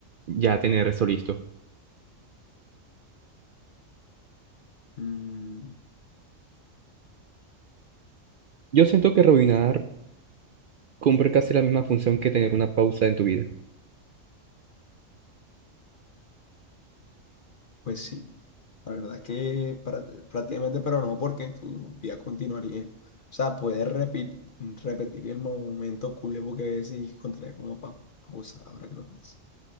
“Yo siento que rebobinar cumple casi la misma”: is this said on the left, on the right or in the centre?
Right